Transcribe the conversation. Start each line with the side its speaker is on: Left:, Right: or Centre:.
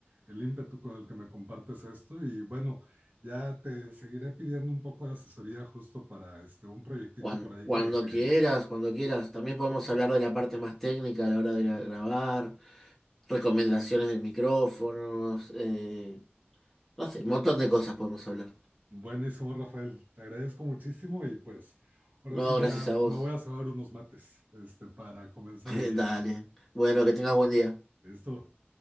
Right: el ímpetu con el que me compartes esto. Y bueno, ya te seguiré pidiendo un poco de asesoría justo para este, un proyectito
Centre: cuan-
Right: por ahí
Centre: cuando,
Right: que, que...
Centre: quieras, cuando quieras, también podemos hablar de la parte más técnica a la hora de ir a grabar, recomendaciones de micrófonos, eh, no sé, un montón de cosas podemos hablar.
Right: Buenísimo, Rafael. Te agradezco muchísimo y pues ahora
Centre: No,
Right: sí ya
Centre: gracias a vos.
Right: me voy a cebar unos mates este, para comenzar
Centre: <laughs>
Right: el día.
Centre: Dale. Bueno, que tengas buen día.
Right: <laughs> Listo.